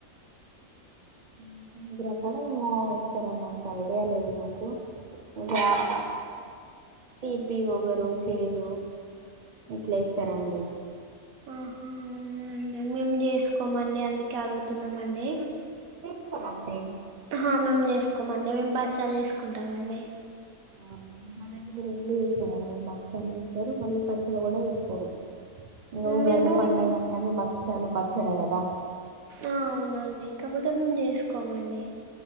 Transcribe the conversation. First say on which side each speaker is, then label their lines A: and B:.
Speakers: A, on the right; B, on the right.
A: ఆ తొమ్మిది రకాలేమో ఏస్తారండి అంత ఐడియా లేదు నాకు వేప తీపి వగరు చేదు ఇట్ల ఏస్తరండి
B: ఆహా అవునండి మేము చేసుకోమండి అందుకే కే అడుగుతున్నమండి
A: చేసుకోరా అండి
B: ఆ మేం చేసుకోమండి మేము బచ్చలు చేసుకుంటమండి
A: అవునా మా దగ్గర రెండు చేస్తరండి బక్షాలు చేస్తరు మళ్ళీ పచ్చడ కూడ చేస్తరు ఉగాది
B: మేము
A: పండుగంటనే బక్షలు పచ్చ చ్చడ కదా
B: ఆ అవునండి కాకపోతే మేము చేసుకోమండి